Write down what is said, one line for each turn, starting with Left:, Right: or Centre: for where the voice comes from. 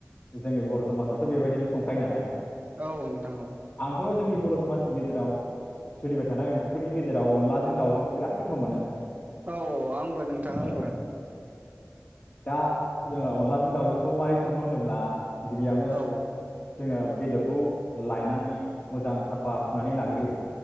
Left: जोंनि बर' समाजावथ' बेबायदिनो संखायो नालाय।
Right: औ नोंथां औ।
Left: थ जोंनि बर समाजनि गेजेराव सोलिबाय थानाय ओंख्रिफोरनि गेजेराव अनलाजों दावजोंखौ बिराद गोथाव मोनो।
Right: औ आंबो नोंथां आंबो।
Left: औ दा जोङो अनलाजों दावजोंखौ मारै सङो होनोब्ला। गिबियावनो
Right: औ
Left: जोङो बेदरखौ लायनानै मोजां सापा सुनानै लाग्रोयो।